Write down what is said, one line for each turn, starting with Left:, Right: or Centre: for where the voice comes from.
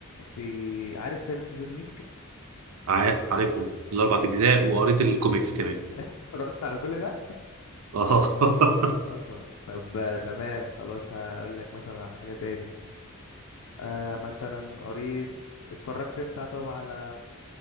Left: في عارف فيلم جون ويك
Right: عار- عارفهم الاربع اجزاء وقريت الكوميكس كمان
Left: <laughs> اتفرجت على كل ده
Right: اه <laughs>
Left: <laughs> اصلا طب آه، تمام خلاص هقول لك مثلا على حاجة تاني آه مثلا قريت اتفرجت انت طب على